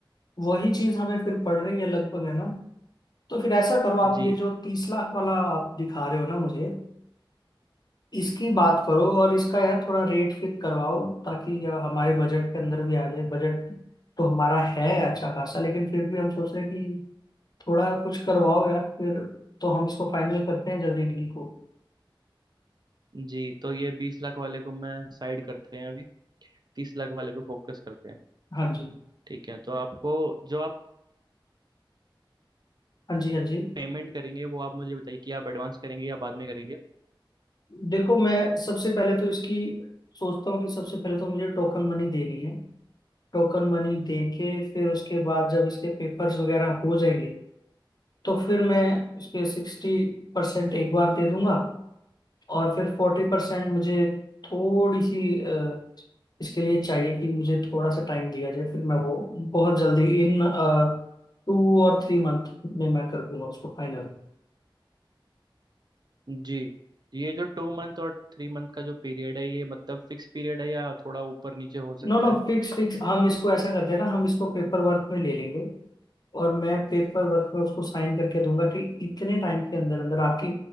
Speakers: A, on the left (about 50°); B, on the right (about 55°).
A: वही चीज हमें फिर पड़ रही है लगभग है ना तो फिर ऐसा करो आप
B: जी
A: ये जो तीस लाख वाला आप दिखा रहे हो ना मुझे इसकी बात करो और इसका यार थोड़ा रेट फिक्स करवाओ ताकि यह हमारे बजट के अंदर भी आ जाए बजट तो हमारा है अच्छा खासा लेकिन फिर भी हम सोच रहे हैं कि थोड़ा कुछ करवाओ यार फिर तो हम इसको फाइनल करते हैं जल्दी डील को
B: जी तो ये बीस लाख वाले को मैं साइड करते हैं अभी तीस लाख वाले पे फोकस करते हैं
A: हाँ जी
B: ठीक है तो आपको जो आप
A: हाँ जी हाँ जी
B: पेमेंट करेंगे वो आप मुझे बताइए कि आप एडवांस करेंगे या बाद में करेंगे
A: देखो मैं सबसे पहले तो इसकी सोचता हूँ कि सबसे पहले तो मुझे टोकन मनी देनी है टोकन मनी दे के फिर उसके बाद जब इसके पेपर्स वगैरह हो जाएंगे तो फिर मैं उसके सिक्सटी परसेंट एक बार दे दूंगा और फिर फोर्टी परसेंट मुझे थोड़ी सी अ, इसके लिए चाहिए कि मुझे थोड़ा सा टाइम दिया जाए फिर मैं वो बहुत जल्दी इन टू और थ्री मंथ में मैं कर दूंगा उसको final
B: जी ये जो टू मंथ और थ्री मंथ का जो पीरियड है ये मतलब फिक्स पीरियड है या थोड़ा ऊपर नीचे हो सकता
A: No no
B: है
A: fix fix हम इसको ऐसा करते हैं ना हम इसको पेपर वर्क में ले लेंगे और मैं पेपर वर्क में उसको साइन करके दूंगा कि इतने टाइम के अंदर अंदर आपकी